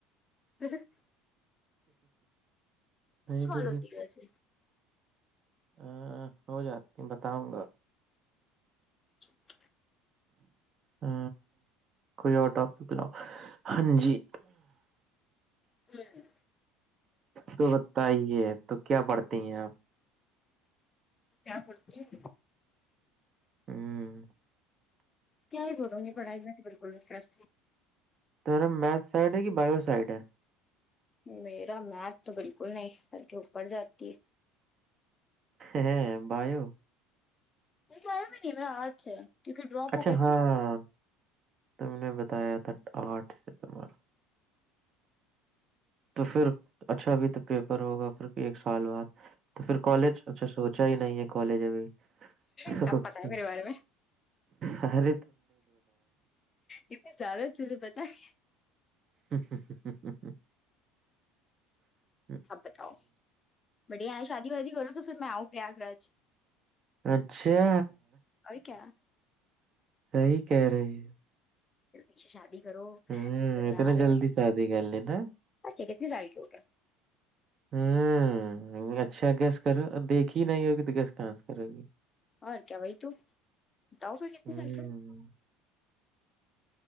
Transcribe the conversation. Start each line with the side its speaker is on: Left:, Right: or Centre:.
Left: ہ <unintelligible>
Right: نہیں
Left: کال
Right: تو
Left: ہوتی
Right: سے <unintelligible>
Left: ہے ویسے
Right: ہ ہو جاتی بتاؤں گا
Left: اچھ <unintelligible>
Right: ہ کوئی اور ٹاپک لا ہاں جی
Left: جوں <unintelligible>
Right: تو بتائیے تو کیا پڑھتی ہیں آپ
Left: کیا پتی <unintelligible>
Right: ہوں
Left: کیا ہی بولوں گی پڑھائی میں ت بالکلپس
Right: تو میرا میتھ سائڈ ہے کہ بایو سائڈ ہے
Left: میرا میت تو بالکل نہیں ہک او پڑ جاتی ہے
Right: ہاں بائیو
Left: نہیں کیا میں نہیں م آرٹ ہے <unintelligible> کیونکہ ڈراپ
Right: اچھا
Left: ہو گیا تھا
Right: ہاں
Left: نا
Right: تم نے بتایا تھا آرٹ سے تمہارا تو پھر اچھا بھی تو پیپر ہوگا پھر ایک سال بعد تو پھر کالج اچھا سوچا ہی نہیں ہے کالج ابھیک
Left: سب پتا ہے میرے بارے
Right: ار
Left: اتنے زیادہ تجھے پتا ہے <unintelligible>
Right: ہ ہ ہ ہ ہ ہ <unintelligible>
Left: سب بتاؤ بڑے آیں شادی وادی کرو تو پھر میں آؤ پریاگراج
Right: اچھا
Left: کیا
Right: صحی کہہ رہی ہے
Left: پھر پیھے شادی کرو
Right: ہ
Left: پھر میں
Right: اتنا
Left: آؤ
Right: جلدی شادی کر لینا
Left: اچھا کتنی سال کی ہوٹ
Right: ہوں اچھا گیس کرو دیکھی نہیں ہوگی تو گیس ڈانس کر گی
Left: اور کیا وہی تو بتاؤ پھر کتنے
Right: ہوں
Left: سال کے ہو